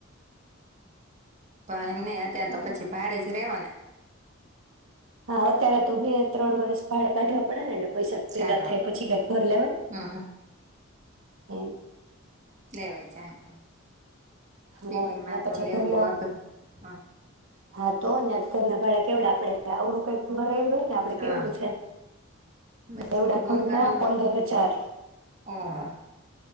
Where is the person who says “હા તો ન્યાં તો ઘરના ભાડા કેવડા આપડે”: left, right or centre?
Right